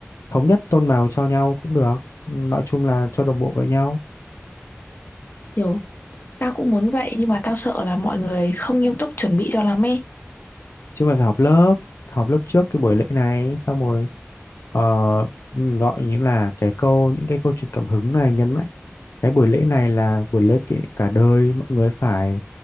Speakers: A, on the left; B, on the left.
A: thống nhất tôn màu cho nhau cũng được. Nói chung là cho đồng bộ với nhau.
B: Kiểu tao cũng muốn vậy nhưng mà tao sợ là mọi người không nghiêm túc chuẩn bị cho lắm ấy.
A: Chứ mà phải họp lớp, họp lớp trước cái buổi lễ này, xong rồi ờ, gọi như là cái câu, những cái câu chuyện cảm hứng này nhấn mạnh. Cái buổi lễ này là buổi lễ kỷ- cả đời, mọi người phải